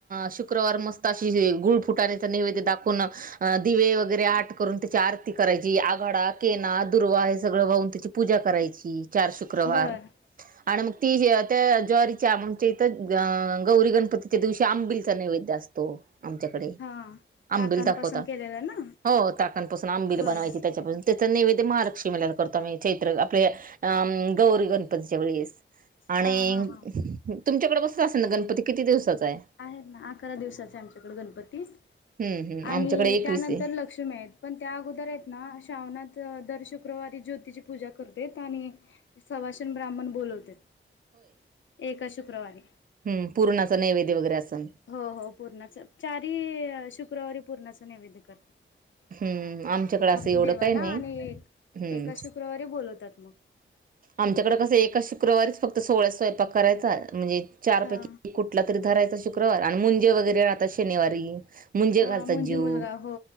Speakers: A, on the right; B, on the left.
A: शुक्रवार मस्त अशी गुळ फुटाण्या. नैवेद्य दाखवूनच अ दिवे वगैरे आट करून त्याची आरती करायची आघाडा केना दुर्वा सगळं वाऊून त्याची पूजा करायची चार शुक्रवार.
B: बर
A: आणि मग ती त्या ज्वारीच्या आमच्या इथं गौरी गणपती च्या दिवशी आंबिलचा नैवेद्य असतो, आमच्या कडे.
B: हा ताकांपासून
A: आंबिल दाखवता.
B: केलेलं ना
A: हो टाकापासून आंबील
B: बर
A: बनवायची त्याचा पासून त्याच नैवेद्य महालक्ष्मीला करतो आम्ही चैत्र आपल्या अं गौरी गणपतीच्या वेळेस. आणि
B: हा हा हा
A: तुमच्याकडे बसत असेल ना गणपती? किती दिवसाचा आहे?
B: आहेत ना. अकरा दिवसाचे आहे आमच्याकडे गणपती,
A: हम्म हम्म
B: आणि
A: आमच्याकडे एकवीस
B: त्यानंतर
A: आहे
B: लक्ष्मी आहेत पण त्या अगोदर आहेत ना श्रावणात दर शुक्रवारी ज्योतीिची पूजा करते आणि सुवासिनी, ब्राह्मण बोलवते, एका शुक्रवारी.
A: हम, पूर्णाचं नैवेद्य वगैरे असेल.
B: हो हो पूर्णाचा चारी शुक्रवारी पूर्णाच नैवेद्य करत
A: हम्म आमच्याकडे असं
B: फक्त
A: एवढं
B: देवाला
A: काही नाही
B: आणि
A: हम्म
B: एका शुक्रवारी बोलवतात मग.
A: आमच्याकडे कसं एका शुक्रवारीच फक्त सोहळा्या स्वयंपाक करायचा म्हणजे चारपैकी
B: हा
A: कुठला तरी धरायचा शुक्रवार आणि मुंजे वगैरे राहतात शनिवारी, मुंजे
B: हा
A: घालतात
B: मुंजी
A: जीव
B: मुलगा हो.